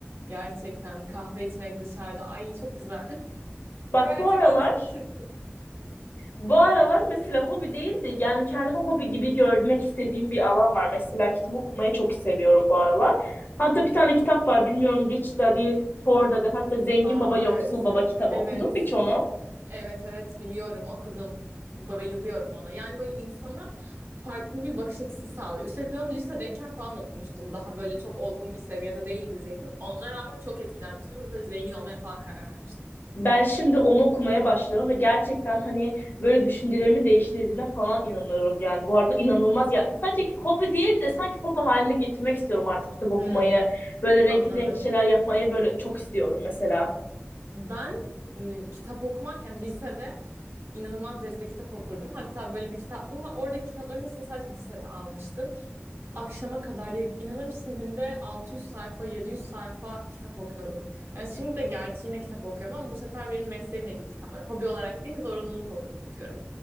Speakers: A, on the right; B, on the left.
A: Gerçekten kahve içmek dışarıda ay çok güzel. <laughs>
B: Bak
A: Gerçekten
B: bu aralar
A: canım çekti.
B: Bu aralar mesela hobi değildi yani kendimi hobi gibi görmek istediğim bir alan var. Mesela kitap okumayı çok seviyorum bu aralar. Hatta bir tane kitap var bilmiyorum Rich Daddy Poor Daddy hatta Zengin
A: Aa
B: Baba Yoksul
A: evet.
B: Baba kitabı
A: Evet.
B: okudun mu hiç onu?
A: Evet evet biliyorum okudum. Bayılıyorum ona. Yani böyle insana farklı bir bakış açısı sağlıyor. Üstelik ben onu lisedeyken falan okumuştum. Daha böyle çok olgun bir seviyede değildi zihnim. Ona rağmen çok etkilenmiştim ve böyle zengin olmaya falan karar vermiştim.
B: Ben şimdi onu okumaya başladım ve gerçekten hani böyle düşüncelerimi değiştirdiğine falan inanıyorum yani. Bu arada inanılmaz yani. Sadece hobi değil de sanki hobi haline getirmek istiyorum artık kitap okumayı.
A: Hmm,
B: Böyle renkli
A: anladım.
B: renkli şeyler yapmayı böyle çok istiyorum mesela.
A: Ben m, kitap okumarken lisede inanılmaz derecede kitap okurdum. Hatta böyle bir kitaplığım var. Oradaki kitapların hepsini sadece lisede almıştım. akşama kadar ya inanır mısın günde 600 sayfa 700 sayfa kitap okuyordum. Yani şimdi de gerçi yine kitap okuyorum ama bu sefer benim mesleğimle ilgili kitaplar. Hobi olarak değil zorunluluk olarak okuyorum.